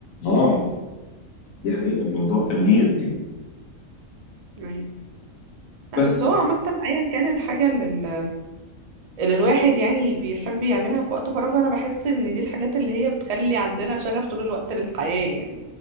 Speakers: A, on the left; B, on the right.
A: اه دي حقيقة الموضوع كان ويرد يعني
B: أيوة لا
A: بس
B: بس هو عامة أيا كان الحاجة اللي, ال- اللي الواحد يعني بيحب يعملها في وقت فراغه أنا بحس إن دي الحاجات اللي هي بتخلي عندنا شغف طول الوقت للحياة يعني